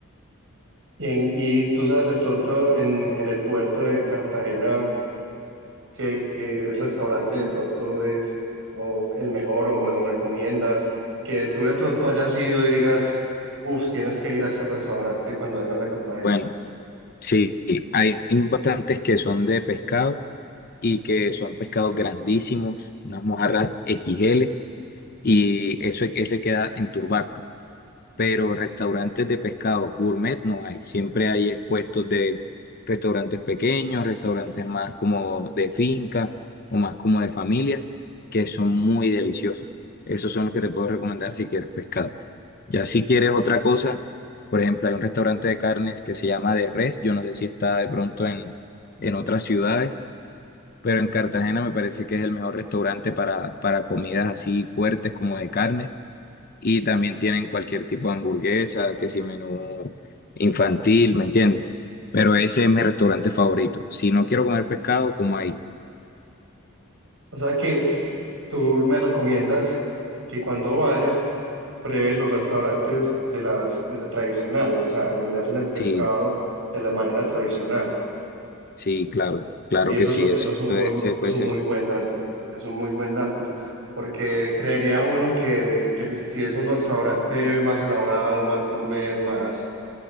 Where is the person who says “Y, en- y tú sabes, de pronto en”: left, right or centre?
Right